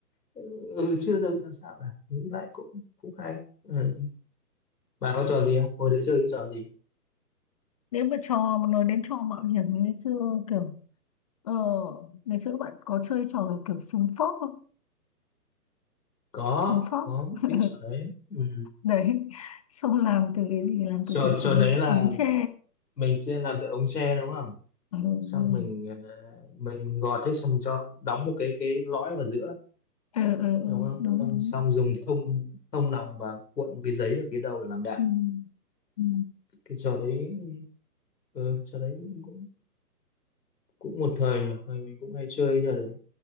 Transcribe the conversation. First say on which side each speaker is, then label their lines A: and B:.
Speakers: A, on the left; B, on the left.
A: ừ chưa bao giờ bị làm sao cả nghĩ lại cũng cũng hay ừ. bà có trò gì không hồi đấy chơi cái trò gì
B: Nếu mà trò mà nói đến trò mạo hiểm ngày xưa kiểu ờ, ngày xưa bạn có chơi trò kiểu súng phóc không?
A: có
B: xuống phóc
A: có
B: <laughs> Ừ,
A: biết trò đấy ừ.
B: đấy xong làm từ cái gì làm
A: trò
B: từ cái
A: trò
B: ống
A: đấy là
B: ống tre
A: mình sẽ làm cái ống tre đúng không
B: ừ.
A: xong mình ờ, mình gọt hết xong mình cho đóng một cái cái lõi vào giữa
B: Ừ, ừ, ừ, ừ, ừ,
A: đúng không
B: đúng
A: xong,
B: đúng
A: xong dùng thông thông nòng và cuộn một cái giấy ở phía đầu để làm đạn
B: ừ. Ừ.
A: cái trò đấy ừ trò đấy cũng cũng cũng một thời nhỉ thời mình cũng hay chơi trò đấy